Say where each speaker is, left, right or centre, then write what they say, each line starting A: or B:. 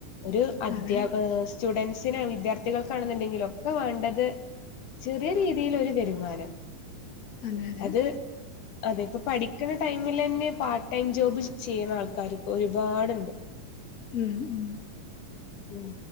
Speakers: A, on the left; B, on the left.
A: ഒരു അധ്യാപ
B: അതെ
A: ഏഹ് സ്റ്റുഡൻസിനാ വിദ്യാർത്ഥികൾക്കാണെന്നുണ്ടെങ്കിലും ഒക്കെ വേണ്ടത് ചെറിയ രീതിലൊരു വെരുമാനം.
B: അതെ അതെ
A: അത് അതെ ഇപ്പോ പഠി ക്ക്ണ ടൈമിലെന്നെ പാർട്ട് ടൈം ജോബ് ചെയ്യ്ണ ആൾക്കാർ ഇപ്പ ഒരുപാട്ണ്ട്.
B: ഉം ഉം.
A: ഉം,